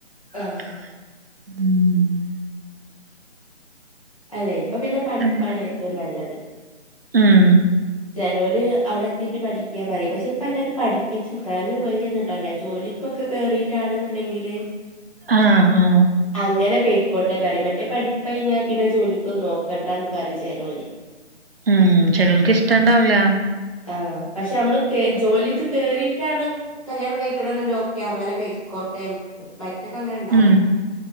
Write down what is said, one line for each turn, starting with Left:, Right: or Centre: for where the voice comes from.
Left: ആഹ്
Right: ഉം
Left: അല്ലെ ഇപ്പൊ പിന്നെ പഠിപ്പാണ്
Right: അങ്ങനെ
Left: ഏറ്റവും നല്ലത്.
Right: ഉം
Left: ചിലോല് അവിടെ എത്തീട്ട് പഠിക്കാന്ന് പറയും. പക്ഷെ, ഇപ്പ എല്ലാരും പഠപ്പിച്ചും ഇന്നാലും വല്ല്യേഇത് ഉണ്ടാവില്ല ജോലി കൊക്കെ കേറിട്ടാണ്ന്ന്ണ്ടെങ്കില്
Right: ആഹ് ആഹ്
Left: അങ്ങനെ പെയിക്കോട്ടെ പറിം മറ്റേ പഠിപ്പയിഞ്ഞാ പിന്നെ ജോലിക്കൊന്നും നോക്കണ്ടാന്ന്‌ പറിം ചേലോല്
Right: ഉം ചെലോൽക്ക് ഇഷ്ട്ടാണ്ടാവുല്ല
Left: ആഹ് പക്ഷെ നമ്മള് ജോലിക്ക് കേറീട്ടാണ് കല്യാണം കഴിക്കണന്നുണ്ട് ഓക്കേ അങ്ങനെ പെയിക്കോട്ടെ വി മറ്റതങ്ങനെ ഉണ്ടാവൂല
Right: ഉം